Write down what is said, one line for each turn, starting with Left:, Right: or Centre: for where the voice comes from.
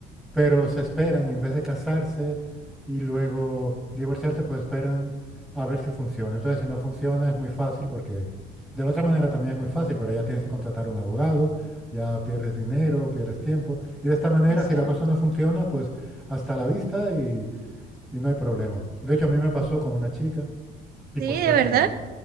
Centre: Pero se esperan y en vez de casarse y luego divorciarse, pues esperan a ver si funciona. Entonces, si no funciona, es muy fácil porque de la otra manera también es muy fácil, pero ya tienes que contratar un abogado, ya pierdes dinero, pierdes tiempo. Y de esta manera,
Right: Exacto.
Centre: si la cosa no funciona, pues hasta la vista y, y no hay problema. De hecho, a mí me pasó con una chica y
Right: Sí,
Centre: por suerte
Right: de verdad.
Centre: no,